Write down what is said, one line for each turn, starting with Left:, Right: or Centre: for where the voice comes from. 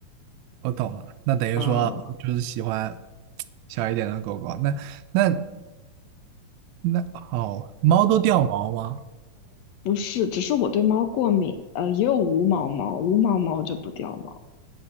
Right: 我懂了，那等于说就是喜欢
Left: 啊，
Right: 小一点的狗狗。那那那哦，猫都掉毛吗？
Left: 不是，只是我对猫过敏，呃，也有无毛猫，无毛猫就不掉毛。